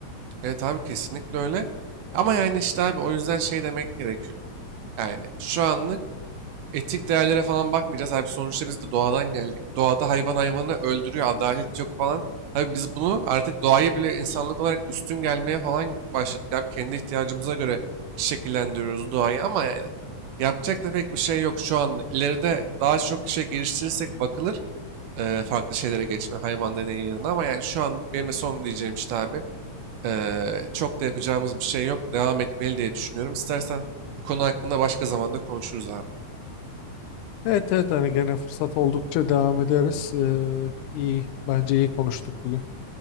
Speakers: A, on the right; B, on the left.
A: Evet abi kesinlikle öyle. Ama yani işte abi o yüzden şey demek gerekiyor. Yani şu anlık etik değerlere falan bakmayacağız. Abi sonuçta biz de doğadan geldik. Doğada hayvan hayvanı öldürüyor, adalet yok falan. Abi biz bunu artık doğaya bile insanlık olarak üstün gelmeye falan başladık. Abi kendi ihtiyacımıza göre şekillendiriyoruz doğayı ama yani yapacak da pek bir şey yok şu an. İleride daha çok şey geliştirirsek bakılır eee, farklı şeylere geçme hayvan deneyi yerine ama yani şu anlık benim de son diyeceğim işte abi. Eee, çok da yapacağımız bir şey yok. Devam etmeli diye düşünüyorum. İstersen bu konu hakkında başka zamanda konuşuruz abi.
B: Evet evet hani gene fırsat oldukça devam ederiz. Ee, iyi bence iyi konuştuk bugün.